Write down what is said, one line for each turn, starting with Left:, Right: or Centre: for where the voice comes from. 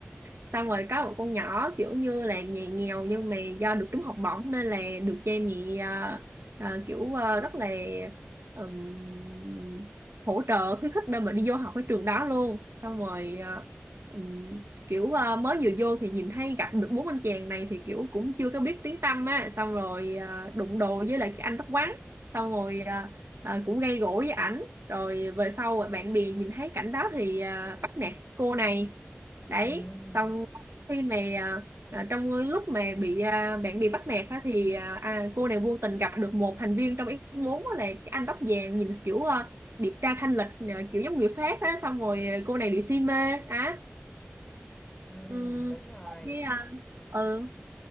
Right: xong rồi có một con nhỏ kiểu như là nhà nghèo nhưng mà do được trúng học bổng nên là được cha mẹ ờ, ờ, kiểu ờ, rất là ừm, hỗ trợ khuyến khích để mà đi vô học cái trường đó luôn xong rồi ờ, ừm, kiểu ờ, mới vừa vô thì nhìn thấy gặp được bốn anh chàng này thì kiểu cũng chưa có biết tiếng tăm á xong rồi ờ, đụng đồ với lại cái anh tóc quắn xong rồi ờ, ờ, cũng gây gổ với ảnh rồi về sau bạn bè nhìn thấy cảnh đó thì ờ, bắt nạt cô này đấy
Left: ừ ừ
Right: xong khi mà à, trong lúc mà bị à, bạn bị bắt nạt á, thì à, à, cô này vô tình gặp được một thành viên trong F4 á, là cái anh tóc vàng nhìn kiểu à, điệp tra thanh lịch à, kiểu giống người Pháp á xong rồi à, cô này bị si mê á
Left: ừ,
Right: Ừm,
Left: đúng rồi
Right: cái à, ừ,